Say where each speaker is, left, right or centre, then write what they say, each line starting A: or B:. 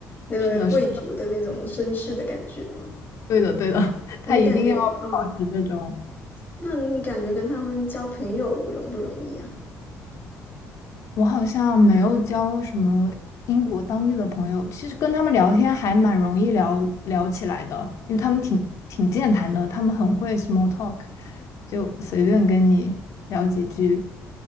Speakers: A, on the left (about 35°); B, on the left (about 65°).
A: 那个贵族的那种绅士的感觉吗？
B: 是的，是对的，对的，<laughs>
A: 你感觉啊、
B: 他一定要保持这种。
A: 哦那你感觉跟他们交朋友容不容易啊？
B: 我好像没有交什么英国当地的朋友，其实跟他们聊天还蛮容易聊聊起来的，因为他们挺挺健谈的，他们很会 small talk，就随便跟你聊几句。